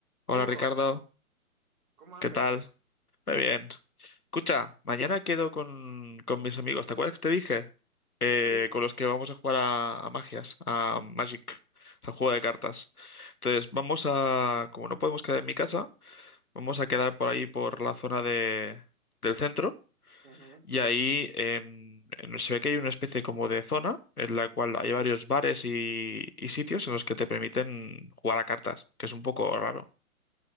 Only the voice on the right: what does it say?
¿Qué hubo?
¿Cómo andas?
Sí,
ajá,